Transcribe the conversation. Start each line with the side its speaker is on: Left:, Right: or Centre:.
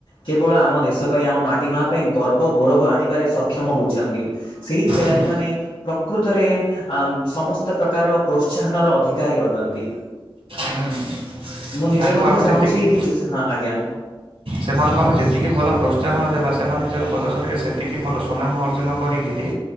Left: କେବଳ ଆମ ଦେଶ ପାଇଁ ଆମ ମାଟି ମା ପାଇଁ ଗର୍ବ ଗୌରବ ଆଣିବାରେ ସକ୍ଷମ ହେଉଛନ୍ତି ସେହି ଖେଳାଳିମାନେ
Right: ହୁଁ,
Left: ପ୍ରକୃତରେ ସମସ୍ତ ପ୍ରକାର ପ୍ରୋତ୍ସାହନର ଅଧିକାରୀ ଅଟନ୍ତି।
Right: ହୁଁ।
Left: ମୁଁ ନିଜେ
Right: ତାଙ୍କୁ
Left: ମଧ୍ୟ
Right: ଆମେ
Left: ଚାହୁଁଛି
Right: ଯେତିକି
Left: କି ଯେ- ହଁ ଆଜ୍ଞା।
Right: ସେମାନଙ୍କୁ ଆମେ ଯେତିକି ଭଲ ପ୍ରୋତ୍ସାହନ ଦେବା ସେମାନେ ନିଜର ପ୍ରଦର୍ଶନୀରେ ସେତିକି ଭଲ ସୁନାମ ଅର୍ଜନ କରିକିରି